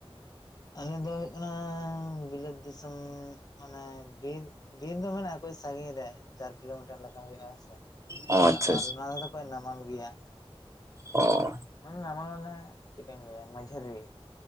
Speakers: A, on the left (about 40°); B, on the right (about 30°).
A: ᱟᱞᱮ ᱫᱚ ᱦᱩᱭᱩᱜ ᱠᱟᱱᱟ ᱵᱤᱞᱟᱹᱛ ᱫᱤᱥᱚᱢ ᱢᱟᱱᱮ ᱵᱤᱨ ᱵᱤᱨ ᱫᱚ ᱢᱮᱱᱟᱜᱼᱟ ᱠᱟᱹᱡᱽ ᱥᱟᱺᱜᱤᱧ ᱨᱮ ᱪᱟᱨ ᱠᱤᱞᱳᱢᱤᱴᱟᱨ ᱞᱮᱠᱟ ᱦᱩᱭᱩᱜᱼᱟ ᱦᱮᱸᱥᱮ ᱾
B: ᱚ ᱟᱪᱪᱷᱟ
A: ᱟᱫᱚ
B: ᱟᱪᱪᱷᱟ
A: ᱟᱠᱮ ᱱᱚᱣᱟ ᱫᱷᱟᱨᱮ ᱫᱚᱠᱚ ᱱᱟᱢᱟᱞ ᱜᱮᱭᱟ ᱾
B: ᱚ ᱾
A: <unintelligible> ᱱᱟᱢᱟᱞ ᱢᱟᱱᱮ ᱪᱮᱫ ᱠᱟᱹᱧ ᱞᱟᱹᱭᱟ ᱢᱟᱹᱡᱷᱟᱹᱨᱤ ᱾